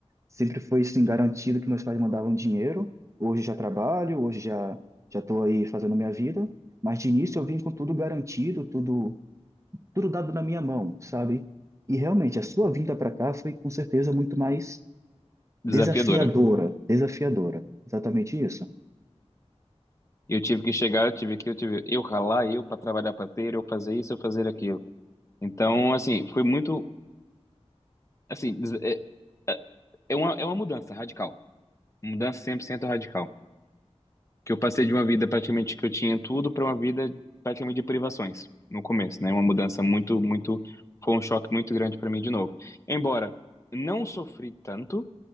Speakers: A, on the right; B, on the left.
A: Sempre foi assim garantido que meus pais mandavam dinheiro. Hoje já trabalho, hoje já já estou aí fazendo minha vida. Mas de início eu vim com tudo garantido, tudo tudo dado na minha mão, sabe? E realmente a sua vinda para cá foi com certeza muito mais
B: Desafiadora.
A: desafiadora, desafiadora. Exatamente isso.
B: Eu tive que chegar, eu tive que, eu tive eu ralar, eu para trabalhar para ter, eu fazer isso, eu fazer aquilo. Então, assim, foi muito, assim, des- é, é uma, é uma mudança radical. Mudança 100% radical. Que eu passei de uma vida praticamente que eu tinha tudo para uma vida praticamente de privações no começo, né? Uma mudança muito, muito. Foi um choque muito grande para mim de novo. Embora não sofri tanto,